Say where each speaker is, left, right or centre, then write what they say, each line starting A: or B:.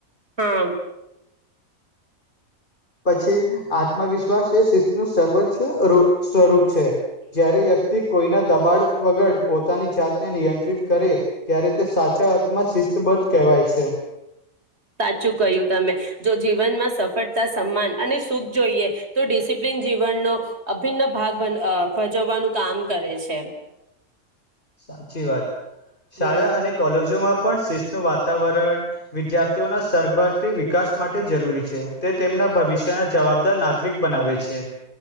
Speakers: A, on the right; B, on the left.
A: હમ્મ.
B: પછી આત્મવિશ્વાસ વિશ્વા એ શિનૂ સર્વોચ્ચ છે અરુપ સ્વરૂપ છે જય્યારે વ્યક્તિ કોઈના દબાણ વગર પોતાની જાતને નિયંત્રિત કરે ત્યારે તે સાચા અર્થમાં શિસ્તબદ્ધ કહેવાય છે.
A: સાચું કહ્યું તમે જો જીવનમાં સફળતા સન્માન અને સુખ જોઈએ તો ડિસિપ્લિન જીવનનો અભિન્ન ભાગ અ ભજવવાનું કામ કરે છે.
B: સાચી વાત શાળા
A: હમ
B: અને કોલેજોમાં પણ શિસ્તનું વાતાવરણ વિદ્યાર્થીઓના સરગમ વિકાસ માટે જરૂરી છે. તેમના ભવિષ્યના જવાબદાર નાગ રિક બનાવે છે.